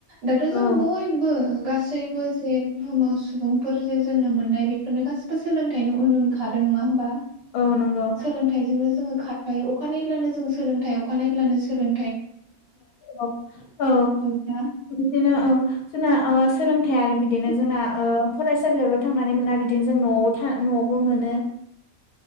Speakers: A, on the right; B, on the left.
A: दाथ
B: औ
A: जों बयबो गासै सैबो जे बुहुमाव सुबुंफोर जे जोनोम मोननाय बेफोरनो गासिबो सोलोंथाइनि उन उन खारो नंङा होमबा?
B: औ नंगौ
A: सोलोंथाइजोंनो जोंङो हायो अखानायब्लानो जों सोलोंथाइ अखानायब्लानो सोलों
B: औ ओ
A: नंगौना?
B: बिदिनो ओ औ जोंना थाया आरो बिदिनो
A: उम
B: जोंना ओ फरायसालियावल' थांनानै मोना बिदिनो जों न'आव था न'आवबो मोनो ।